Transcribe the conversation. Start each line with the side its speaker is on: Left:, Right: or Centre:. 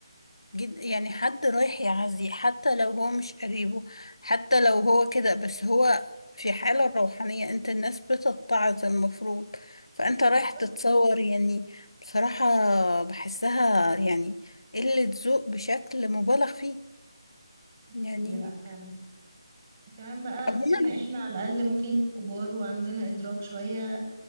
Left: جد يعني حد رايح يعزي حتى لو هو مش قريبه حتى لو هو كده بس هو في حالة روحانية انت الناس بتتعظ المفروض فانت رايح
Right: بالظبط
Left: تتصور يعني بصراحة بحسها يعني قلة ذوق بشكل مبالغ فيه
Right: ده
Left: يعني
Right: حقيقي لا فعلا وكمان بقى
Left: عموما
Right: سيبنا احنا على الأقل ممكن كبار وعندنا إدراك شوية